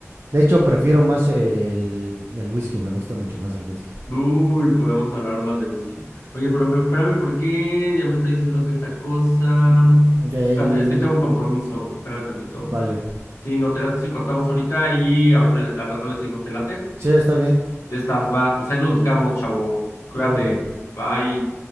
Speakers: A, on the right; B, on the left.
A: De hecho, prefiero más el, el whisky, me gusta mucho más el whisky.
B: Uy, podemos hablar más de whisky. Oye, pero me, espérame, ¿por qué ya me está diciendo que esta cosa?
A: El...
B: Espérate, es que tengo un compromiso. Espérame tantito.
A: Vale.
B: Sí, no te late si cortamos ahorita y ahorita al rato le seguimos, ¿te late?
A: Sí, está bien.
B: Ya estás, va. Pues ahí nos buscamos, chavo. Cuídate.
A: Órale.
B: Bye.